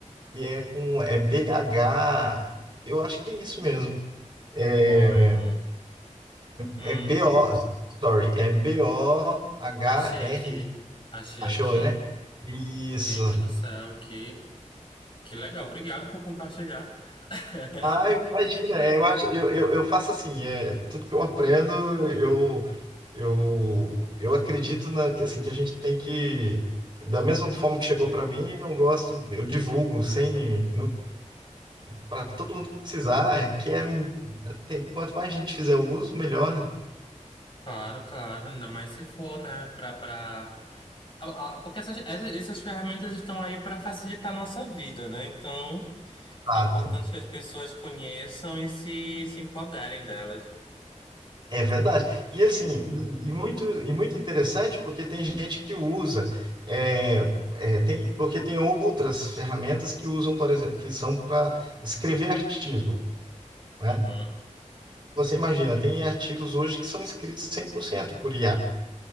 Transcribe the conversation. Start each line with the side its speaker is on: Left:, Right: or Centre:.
Right: que é com é b h, eu acho que é isso mesmo. É,
Left: Boreum. Hum,
Right: é, é B o, sorry, é B-O-H-R-I.
Left: achei aqui. Achei
Right: Achou,
Left: aqui.
Right: né? Isso.
Left: Gente do céu, que, que legal. Obrigado por compartilhar. <laughs>
Right: Ah, imagina, é, eu acho, eu, eu, eu faço assim, é, tudo que eu aprendo, eu, eu, eu acredito na, que, assim, que a gente tem que, da mesma forma que chegou para mim, eu gosto, eu divulgo sem, para todo mundo que precisar, é que é, tem, quanto mais gente fizer o uso, melhor, né?
Left: Claro, claro, ainda mais se for, né, para para porque essas, essas, essas ferramentas estão aí para facilitar a nossa vida, né? Então,
Right: Exato.
Left: é importante que as pessoas conheçam e se, se empoderem delas.
Right: É verdade. E assim, e, e muito, e muito interessante porque tem gente que usa, é, é, tem, porque tem outras ferramentas que usam, por exemplo, que são para escrever artigo, né?
Left: Uhum,
Right: Você imagina, tem artigos hoje que são escritos cem por cento por IA.